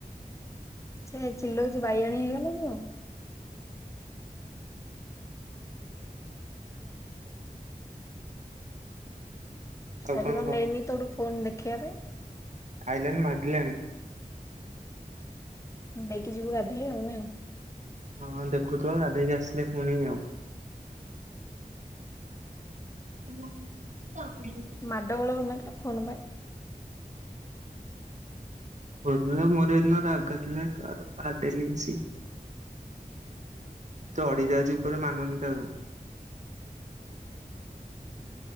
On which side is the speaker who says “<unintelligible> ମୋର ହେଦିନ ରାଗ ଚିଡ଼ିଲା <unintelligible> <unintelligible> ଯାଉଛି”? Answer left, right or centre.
Right